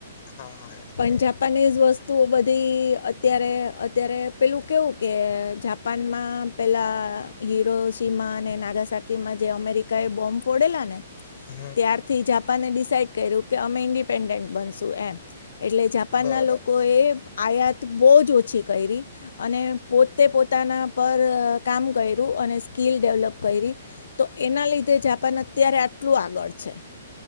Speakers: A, on the left; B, on the left.
A: હા એટલે
B: પણ જાપાનીઝ વસ્તુઓ બધી અત્યારે અત્યારે પેલું કેવું કે જાપાનમાં પેલા હીરો સીમાં અને નાગાસાકીમાં જે અમેરિકા એ બોમ્બ ફોડેલાને
A: હમ
B: ત્યારથી જાપાને ડિસાઈડ કર્યું કે અમે ઇન્ડિપેન્ડન્ટ બનશું એમ. એટલે જાપાનના
A: બરાબર
B: લોકોએ આયાત બહુ જ ઓછી કરી અને પોતે પોતાના પર કામ કર્યું અને સ્કિલ ડેવલપ કરી તો એના લીધે જાપાન અત્યારે આટલું આગળ છે.